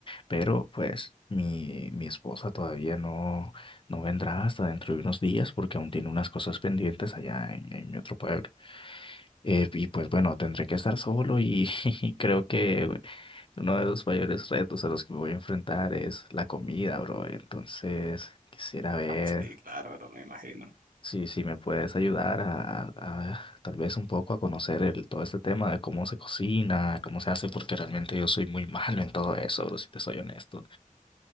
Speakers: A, on the left (about 35°); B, on the right (about 75°).
A: pero, pues, mi, mi esposa todavía no, no vendrá hasta dentro de unos días porque aún tiene unas cosas pendientes allá en, en mi otro pueblo. Eh, y pues bueno, tendré que estar solo y <laughs> creo que uno de los mayores retos a los que me voy a enfrentar es la comida, bro. Entonces, quisiera ver
B: Sí, claro, bro, me imagino.
A: si, si me puedes ayudar a, a a tal vez un poco a conocer el, todo este tema de cómo se cocina, cómo se hace, porque realmente yo soy muy <laughs> malo en todo eso, bro, si te soy honesto.